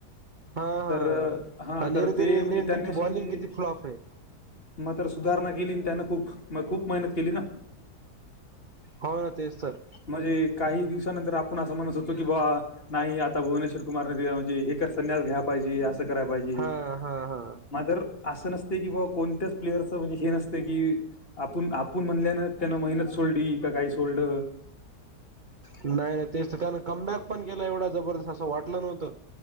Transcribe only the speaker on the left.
तर अं,
तर ते
म्हणजे त्यांनी
असे
म्हणजे
मात्र सुधारणा केली त्यांनं खूप,, म खूप मेहनत केली ना.
म्हणजे काही दिवसानंतर आपण असं म्हणत होतो की ब्वा नाही आता भुवनेश्वर कुमारने दि म्हजे हे संन्यास घ्या पाहिजे अस स करायला पायजे,
मातर असं नसतय की बा कोणत्याच प्लेअरचं म्हणजे हे नसतय की,, आपण आपण म्हणल्यानं त्यांन मेहनत सोडली,, का काही सोडलं.